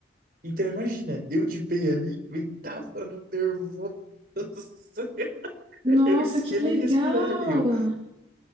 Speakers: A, on the right; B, on the right.
A: Então imagina, eu de pé ali, eu tava no nervoso. <laughs>
B: Nossa,
A: Eu não conseguia
B: que legal!
A: nem respirar ali. Eu,